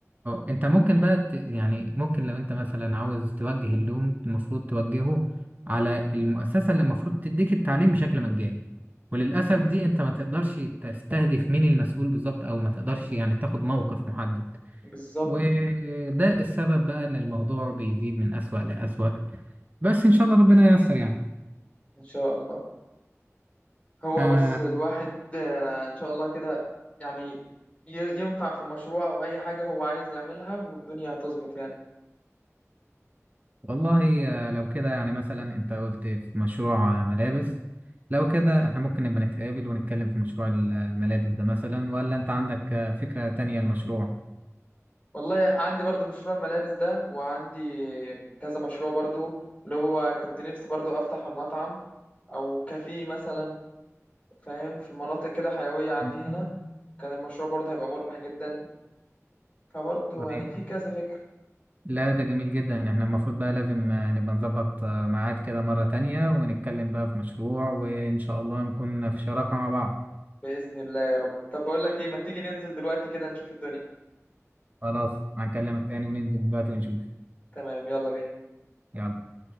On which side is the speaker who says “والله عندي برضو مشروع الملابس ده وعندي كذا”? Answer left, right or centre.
Left